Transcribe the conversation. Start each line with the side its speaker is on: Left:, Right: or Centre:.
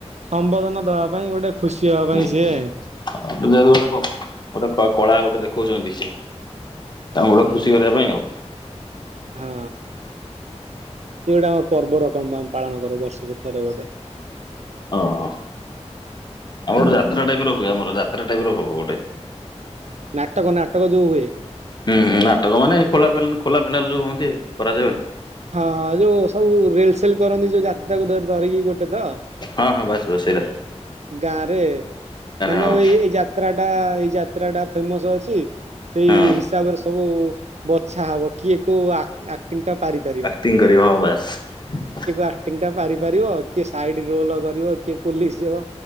Right: ସମ୍ବୋଧନ ଦବା ପାଇଁ ଗୋଟେ ଖୁସି ହବା
Left: ହୁଁ
Right: ପାଇଁ
Left: -ହୁଁ
Right: ସିଏ
Left: ଯେହେତୁ ଗୋଟେ- ଗୋଟେ କଳା ଗୋଟେ ଦେଖଉଚନ୍ତି ସେ। ତାଙ୍କୁ ଗୋଟେ
Right: ହୁଁ
Left: ଖୁସି କରିବା ପାଇଁ ଆଉ।
Right: ହଁ ସିଏ ଗୋଟେ ଆମ ପର୍ବ ର <unintelligible> ଆମେ ପାଳନ କରୁ ବର୍ଷକୁ ଥରେ ଗୋଟେ।
Left: ହଁ। ଆଉ ଗୋଟେ ଯାତ୍ରା ଟାଇପ୍ ର ହୁଏ ଆମର ଯାତ୍ରା ଟାଇପ୍ ର ହବ ଗୋଟେ।
Right: ନାଟକ- ନାଟକ ଯଉ ହୁଏ।
Left: ହୁଁ- ହୁଁ ନାଟକ ମାନେ ଖୋଲା ପେନ୍- ଖୋଲା ପେଣ୍ଡାଲ୍ ଯଉ ହୁଅନ୍ତି କରାଯାଏ।
Right: ହଁ ହଁ ଯଉ ସବୁ ରିଲ୍ ସେଲ୍ କରନ୍ତି ଯଉ ଯାତ୍ରାକୁ ଧ- ଧରିକି ଗୋଟେ ତ?
Left: ହଁ ହଁ ବାସ୍ ବାସ୍ ସେଇରା।
Right: ଗାଁ ରେ ମାନେ
Left: ହଁ
Right: ଏଇ -ଏଇ ଯାତ୍ରା ଟା ଏଇ ଯାତ୍ରା ଟା ଫେମସ୍ ଅଛି। ସେଇ
Left: ହଁ
Right: ହିସାବରେ ସବୁ ବଛା ହବ କିଏ କୋଉ ଆ ଆକ୍ଟିଂ ଟା ପାରିପାରିବ।
Left: ଟିଂ କରିବ ହଁ ବାସ୍।
Right: ଆକ୍ଟିଙ୍ଗ ଟା ପାରି ପାରିବ କିଏ ସାଇଡ ରୋଲ କରିବ କିଏ ପୋଲିସ ହବ।